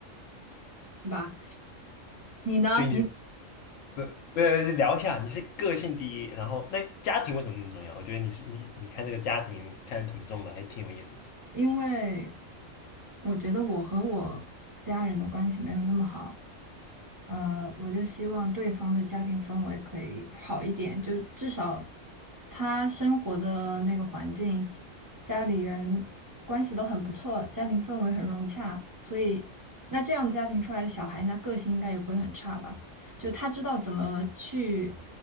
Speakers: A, on the right; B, on the left.
A: 是吧？你呢？
B: 所以你
A: 你
B: 不不聊一下，你是个性第一，然后那家庭为什么那么重要？我觉得你是你你看这个家庭看的挺重的，还挺有意思。
A: <laughs>，因为我觉得我和我家人的关系没有那么好。呃，我就希望对方的家庭氛围可以好一点，就至少他生活的那个环境，家里人关系都很不错，家庭氛围很融洽，所以那这样家庭出来的小孩，那个性应该也不会很差吧？就他知道怎么去